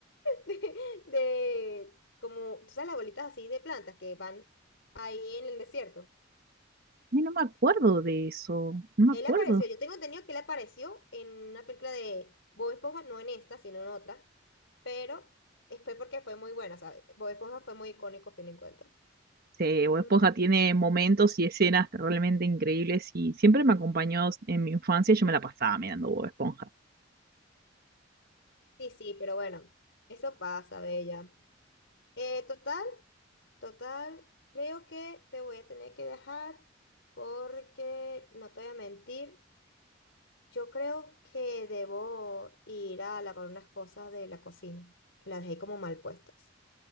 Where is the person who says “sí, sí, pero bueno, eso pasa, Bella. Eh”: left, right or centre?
Left